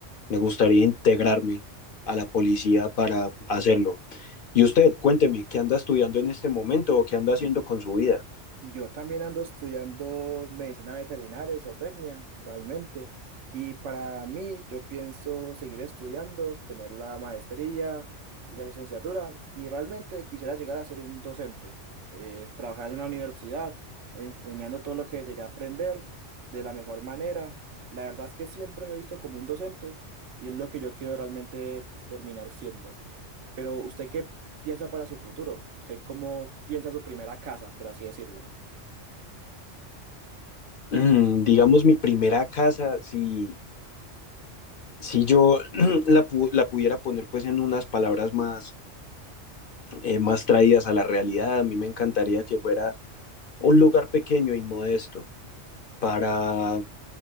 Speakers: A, on the left (about 55°); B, on the right (about 75°).
A: Me gustaría integrarme a la policía para hacerlo. Y usted, cuénteme, ¿qué anda estudiando en este momento o qué anda haciendo con su vida? <clears throat>
B: Yo también ando estudiando medicina veterinaria y zootecnia, realmente. Y para mí, yo pienso seguir estudiando, tener la maestría y la licenciatura. Y realmente quisiera llegar a ser un docente, eh, trabajar en una universidad, enseñando todo lo que llegué a aprender de la mejor manera. La verdad es que siempre me he visto como un docente y es lo que yo quiero realmente terminar siendo. Pero ¿usted qué piensa para su futuro? ¿Usted cómo piensa su primera casa, por así decirlo?
A: Mm, digamos, mi primera casa, si si yo <clears throat> la, pu- la pudiera poner pues en unas palabras más, eh, más traídas a la realidad, a mí me encantaría que fuera un lugar pequeño y modesto para,
B: Entiendo.